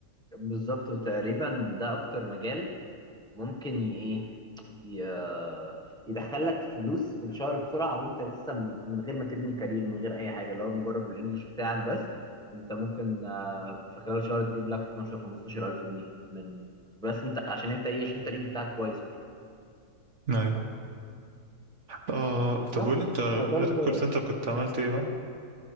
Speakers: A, in the centre; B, on the right.
A: بالظبط وتقريبا ده اكتر مجال ممكن ي... ايه ي- يدخلك فلوس في الشهر بسرعه وانت لسه م- من غير ما تبني كارير من غير اي حاجه اللي هو مجرد بالانجلش بتاعك بس انت ممكن آه، في خلال شهر تجيب لك 12 15 الف جنيه من بس انت عشان انت ايه عشان انت الانجليش بتاعك كويس مش
B: ايوه اه طب
A: بس
B: قولي انت
A: فده
B: غير
A: ال-
B: الكول سنتر كنت عملت ايه بقى